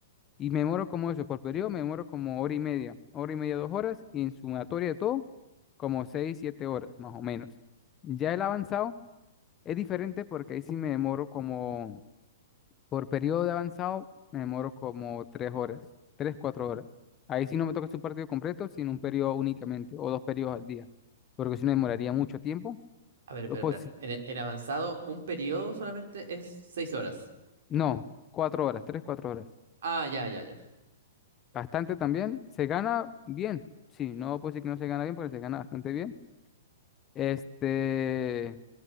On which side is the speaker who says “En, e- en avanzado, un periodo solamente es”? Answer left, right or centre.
Right